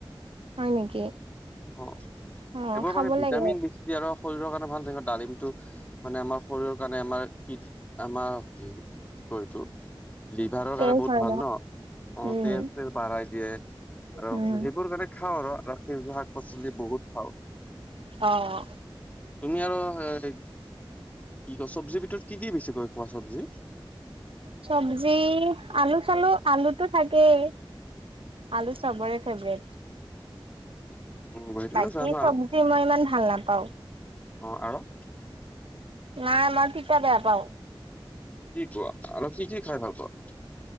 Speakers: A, on the right; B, on the left.
A: হয়, নেকি?
B: অ',
A: অ
B: এইবোৰ
A: খাব
B: মানে ভিটামিন
A: লাগে
B: বেছি ইয়াৰ ‌ ৰস শৰীৰৰ কাৰণে ভাল তেনেকে ডালিমটো মানে আমাৰ শৰীৰৰ। কাৰণে আমাৰ কৃ আমাৰ হে কি শৰীৰটো লিভাৰৰ
A: তেজ
B: কাৰণে বহুত
A: হয়
B: ভাল ন' অ',
A: উম
B: তেজ চেজ বঢ়াই দিয়ে আৰু
A: উম
B: সেইবোৰ কাৰণে খাওঁ আৰু আৰু সেইজীয়া শাক পাচলি বহুত খাওঁ।
A: অ',
B: তুমি আৰু এ কি কয় চব্জিৰ ভিতৰত কি কি বেছি কৈ খোৱা চব্জি?
A: চব্জি আলু চালু আলুতো থাকেই। আলু চবৰে ফেভৰেট।
B: উম সেইটোতো
A: বাকী
B: জানো
A: চব্জি
B: আৰু
A: মই ইমান ভাল নাপাওঁ।
B: অ', আৰু?
A: নাই মই তিতাঁ বেয়া পাওঁ।
B: কি কোৱা আৰু কি কি খাই ভাল পোৱা?